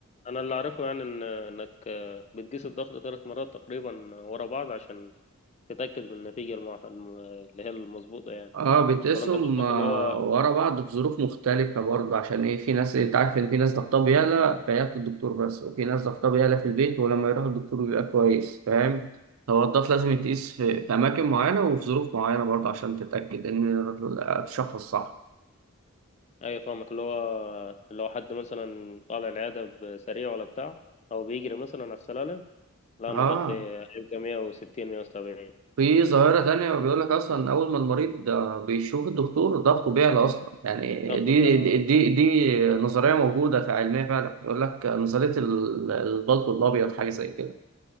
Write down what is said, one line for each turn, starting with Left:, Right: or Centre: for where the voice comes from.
Left: انا اللي اعرفه يعني إن انك آه، بتقيس الضغط ثلاث مرات تقريبا ورا بعض عشان تتأكد من النتيجة المع... الم- اللي هي المظبوطة يعني
Right: اه بتقيسهم
Left: ولا انت قصدك
Right: آه،
Left: اللي هو
Right: ورا بعض في ظروف مختلفة برضه عشان ايه في ناس انت عارف ان في ناس ضغطها بيعلى فياخد الدكتور بس وفي ناس ضغطها بيعلى في البيت ولما يروح الدكتور بيبقى كويس فاهم هو الضغط لازم يتقيس في, في أماكن معينة وفي ظروف معينة برضه عشان تتأكد إن تشخص صح
Left: ايوه فاهمك اللي هو لو حد مثلا طالع العياده بسريع ولا بتاع او بيجري مثلا على السلالم لا
Right: اه
Left: انا ضغطي هيبقى 160 170
Right: في ظاهرة تانية بيقول لك أصلا أول ما المريض آه، بيشوف الدكتور ضغطه بيعلى أصلا يعني
Left: ضغطه
Right: دي
Left: بيعلى
Right: دي
Left: اه
Right: دي, دي نظرية موجودة في علمية فعلا يقول لك نظرية ال- البلط الأبيض حاجة زي كده